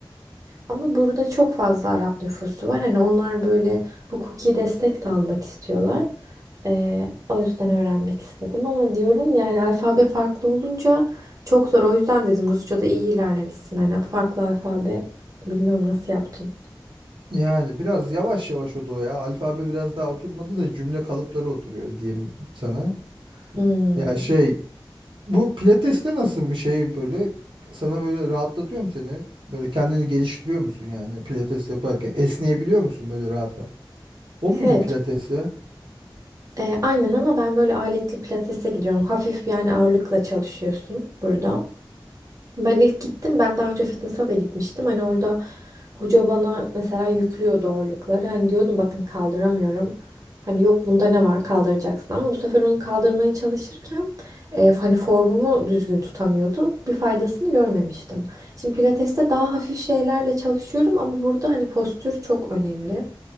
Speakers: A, on the right; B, on the right.
A: Ama burada çok fazla Arap nüfusu var. Hani onlar böyle hukuki destek de almak istiyorlar. Ee, o yüzden öğrenmek istedim ama diyorum yani alfabe farklı olunca çok zor. O yüzden dedim Rusça'da iyi ilerlemişsin. Hani farklı alfabe bilmiyorum nasıl yaptın.
B: <laughs> yani biraz yavaş yavaş o da o ya alfabe biraz daha oturmadı da cümle kalıpları oturuyor diyeyim sana
A: Hmm.
B: ya şey Bu pilateste nasıl bir şey böyle sana böyle rahatlatıyor mu seni? Böyle kendini geliştiriyor musun yani pilates yaparken? Esneyebiliyor musun böyle rahat rahat? O muydu
A: Evet,
B: pilates ya?
A: E, aynen ama ben böyle aletli pilatese gidiyorum. Hafif yani ağırlıkla çalışıyorsun burada. Ben ilk gittim. Ben daha önce fitness'a da gitmiştim. Hani orada hoca bana mesela yüklüyordu ağırlıkları. Hani diyordum bakın kaldıramıyorum. Hani yok bunda ne var kaldıracaksın. Ama bu sefer onu kaldırmaya çalışırken e, hani formumu düzgün tutamıyordum. Bir faydasını görmemiştim. Şimdi pilateste daha hafif şeylerle çalışıyorum ama burada hani postür çok önemli.